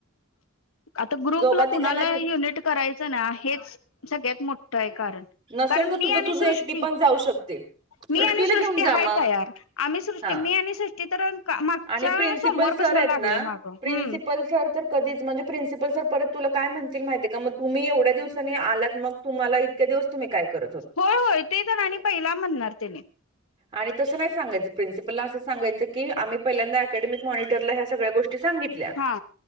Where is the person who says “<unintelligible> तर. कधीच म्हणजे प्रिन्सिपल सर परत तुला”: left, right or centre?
Right